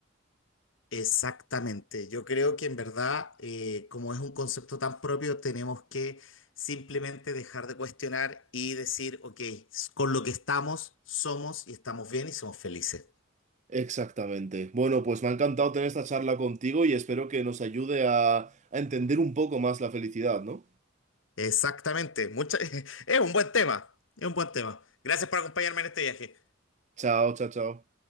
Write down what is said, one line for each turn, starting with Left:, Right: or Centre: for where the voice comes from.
Left: Exactamente. Yo creo que en verdad, eh, como es un concepto tan propio, tenemos que simplemente dejar de cuestionar y decir, ok, s- con lo que estamos, somos y estamos bien y somos felices.
Right: Exactamente. Bueno, pues me ha encantado tener esta charla contigo y espero que nos ayude a a entender un poco más la felicidad, ¿no?
Left: Exactamente. Mucha- <laughs> es un buen tema. Es un buen tema. Gracias por acompañarme en este viaje.
Right: Chao, chao, chao.